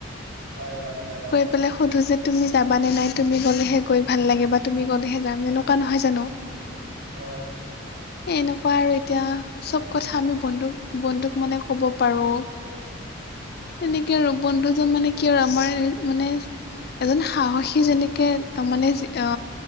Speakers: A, on the right; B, on the left.
A: হয় হয় হয়।
B: ইফালে সুধো যে তুমি যাবা নে নাই, তুমি গ'লেহে গৈ ভাল লাগে বা তুমি গ'লেহে যাম। এনেকুৱা নহয় জানো? <inaudible>
A: হয়।
B: এ এনেকুৱা আৰু এতিয়া চব কথা আমি বন্ধুক বন্ধুক মানে কব পাৰো, এনেকে আৰু বন্ধুজন মানে কি আৰু আমাৰ মানে এজন সাহসী যেনেকে মানে আ